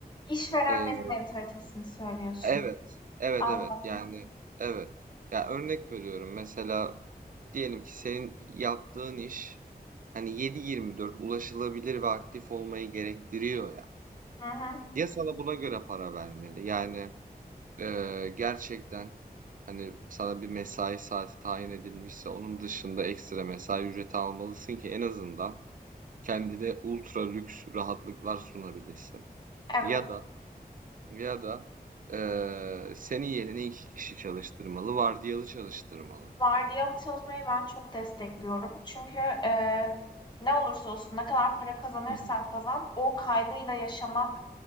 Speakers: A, on the left (about 25°); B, on the right (about 55°).
A: İşverenlerin
B: eee,
A: mentalitesini söylüyorsun.
B: evet, evet,
A: Anladım.
B: evet. Yani, evet. Ya, örnek veriyorum. Mesela diyelim ki senin yaptığın iş hani 7/24 ulaşılabilir ve aktif olmayı gerektiriyor ya.
A: Hı hı.
B: Ya sana buna göre para vermeli. Yani, eee, gerçekten hani sana bir mesai saati tayin edilmişse onun dışında ekstra mesai ücreti almalısın ki en azından kendine ultra lüks rahatlıklar sunabilesin.
A: Evet.
B: Ya da Ya da eee, senin yerine iki kişi çalıştırmalı, vardiyalı çalıştırmalı.
A: Vardiyalı çalışmayı ben çok destekliyorum. Çünkü eee, ne olursa olsun ne kadar para kazanırsan
B: Hı hı.
A: kazan o kaygıyla yaşamak